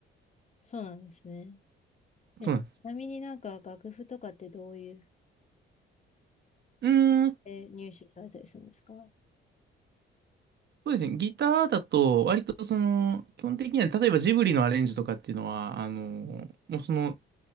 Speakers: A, on the left; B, on the right.
A: そうなんですね。え、
B: そうなんです。
A: ちなみになんか楽譜とかってどういう
B: うーん、
A: え入手されたりするんですか
B: そうですね。ギターだと、割とその、基本的には、例えばジブリのアレンジとかっていうのは、あの、もうその、